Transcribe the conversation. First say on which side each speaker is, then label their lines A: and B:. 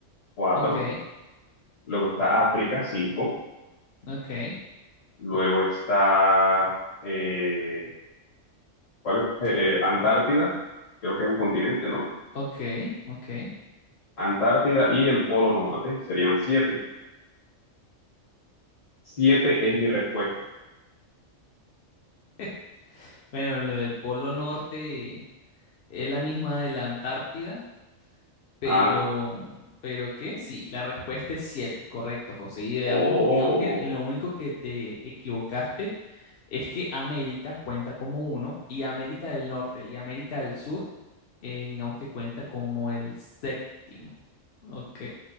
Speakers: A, on the left; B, on the left.
A: cuatro,
B: Ok,
A: luego está África, cinco,
B: ok.
A: luego está eh, ¿Cuál es? Eh, eh, Antártida, creo que es un continente, ¿no?
B: Ok, ok.
A: Antártida y el Polo Norte serían siete. Siete es mi respuesta.
B: <laughs> Bueno, lo del Polo Norte es la misma de la Antártida, pero,
A: Ah,
B: ¿pero qué? Sí, la respuesta es 7, correcto, José. Y digamos,
A: oh,
B: digamos que lo único que te equivocaste es que América cuenta como uno y América del Norte y América del Sur, eh, digamos que cuenta como el séptimo, ¿ok?